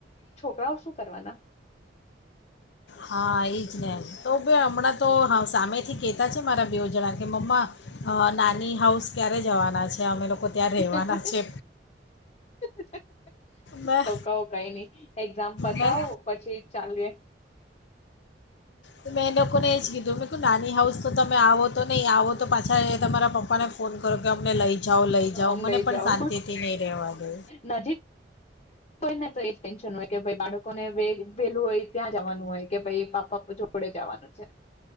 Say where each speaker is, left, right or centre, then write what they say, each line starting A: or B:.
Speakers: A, on the left (about 40°); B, on the left (about 70°).
A: છોકરાઓ શું કરવાના.
B: હા એજ ને તો. તોયે હમણાં તો સામેથી કે. કેહતા જ મારા બે જણા કે મમ્મા નાની હાઉસ ક્યારે જવાના છે અમે લોકો.
A: <inaudible>
B: ત્યાં રહેવાના છે મેં
A: તો કહો કઈ નઈ એક્ઝામ પતાવો
B: મેં
A: પછી ચાલીએ.
B: તો મેં એ લોકોને એ જ કીધું કે નાની હાઉસ તો તમે આવો તો નહીં આવો તો પાછા એ તમારા પપ્પાને ફોન કરો કે અમને લઈ. જાઓ લઈ જાઓ
A: અમ
B: મને
A: લઈ
B: પણ
A: જાવ
B: શાંતિથી નહીં રહેવા દે
A: નજીક હોઈ ને તો એ ટેન્શન હોય કે બાળકોને. વે વેલું હોય ત્યાં જવાનું હોય કે ભાઈ પાપાપ જોડે જવાનું છે.